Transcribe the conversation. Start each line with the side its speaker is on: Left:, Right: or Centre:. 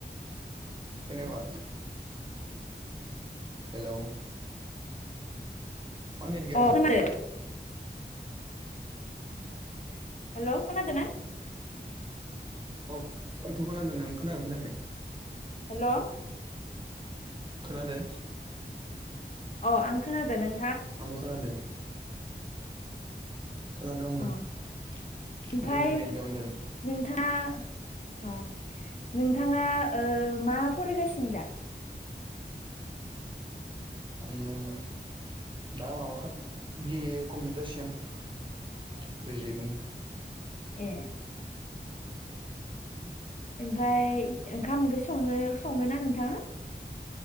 Right: खोनायाखय? हेलौ मा नेट गैया नोंना?
Left: अ खोनादो हेल' खोनादोना?
Right: औ औथ' खोनादों नों खोनादोंना खोनायाखै?
Left: हेल'
Right: खोनादो?
Left: अ' आं खोनादो नों
Right: आंबो खोनादों। खोनादों आंबो
Left: अ
Right: माने
Left: ओमफाय
Right: नोंनिया नेट गैयामोन दानि।
Left: नोंथाङा अ' नोंथाङा ओ मा फरायगासिनो दा?
Right: उम दा माबा खा बिए कमप्लिट जासिगोन ग्रेजुयेटनि।
Left: ए एमफाय ओंखाम ओंख्रि सङो सङोना नोंथाङा?